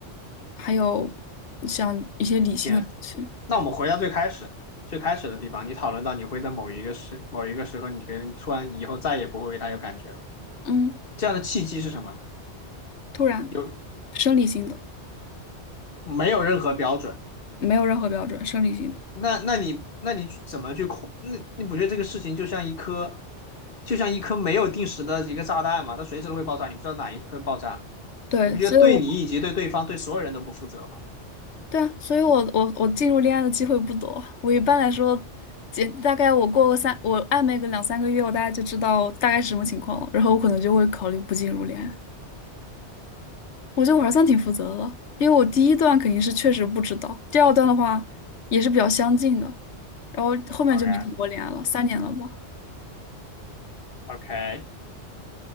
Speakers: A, on the left; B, on the left.
A: 还有像一些理性的东西。
B: 天，那我们回到最开始。最开始的地方，你讨论到你会在某一个时某一个时刻，你觉得你突然以后再也不会为他有感觉了，
A: 嗯，
B: 这样的契机是什么呢？
A: 突然，
B: 有
A: 生理性的，
B: 没有任何标准？
A: 没有任何标准，生理性的。
B: 那那你那你怎么去控？那你不觉得这个事情就像一颗，就像一颗没有定时的一个炸弹嘛？它随时都会爆炸，你不知道哪一颗爆炸，
A: 对，
B: 你不觉得对你以及对对方对所有人都不负责吗
A: 所以我。对啊，所以我我我进入恋爱的机会不多。我一般来说，结大概我过个三，我暧昧个两三个月，我大概就知道大概是什么情况了，然后我可能就会考虑不进入恋爱。我觉得我还算挺负责的了，因为我第一段肯定是确实不知道，第二段的话也是比较相近的，然后后面就没谈过恋爱了，
B: ？OK
A: 三年了吧。
B: OK，